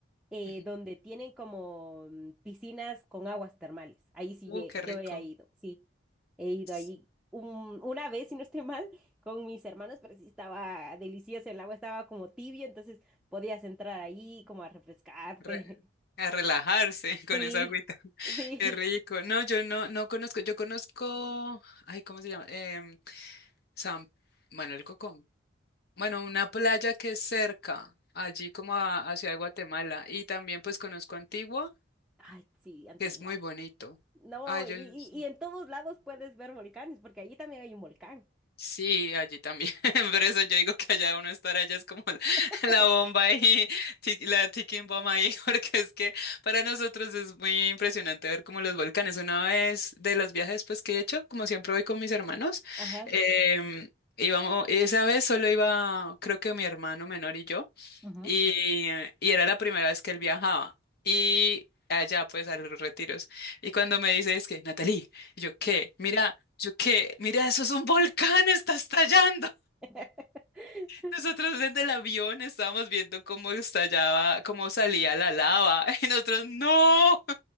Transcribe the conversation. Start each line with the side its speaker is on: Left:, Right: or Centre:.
Centre: eh,
Left: Ujú.
Centre: donde tienen como mm, piscinas con aguas termales. Ahí sí,
Left: Uh,
Centre: ye-
Left: qué rico.
Centre: yo he ido, sí, he ido
Left: Sí,
Centre: allí un- una vez, si no estoy mal, con mis hermanos, pero sí estaba delicioso, el agua estaba como tibio, entonces podías entrar ahí como a refrescarte.
Left: re-
Centre: <laughs>
Left: a relajarse <laughs> con
Centre: Sí,
Left: esa agüita. <laughs>
Centre: sí.
Left: Qué rico. No, yo no, no conozco. Yo conozco, ay, ¿cómo se llama? Em, San, bueno, algo con, bueno, una playa que es cerca, allí como a, hacia Guatemala. Y también pues conozco Antigua,
Centre: Ay, sí, Antigua.
Left: que es muy bonito.
Centre: No,
Left: Ay,
Centre: y,
Left: yo,
Centre: y
Left: sí.
Centre: y en todos lados puedes ver volcanes, porque allí también hay un volcán.
Left: Sí, allí también. <laughs> Por eso yo digo que allá uno estar allá es como <laughs>
Centre: <laughs>
Left: la, la bomba ahí, ti- la ticking bomb ahí, <laughs> porque es que para nosotros es muy impresionante ver como los volcanes. Una vez de los viajes pues que he hecho, como siempre voy con mis hermanos,
Centre: Ajá.
Left: em, íbamos, esa vez solo iba, creo que mi hermano menor y yo,
Centre: Ujú.
Left: y, y era la primera vez que él viajaba. Y allá pues a los retiros. Y cuando me dice es que, Natalie, y yo, ¿qué? Mira. Yo qué, mira, eso es un volcán, <laughs> está estallando.
Centre: <laughs>
Left: Nosotros desde el avión estábamos viendo cómo estallaba, cómo salía la lava. <laughs> Y nosotros, no,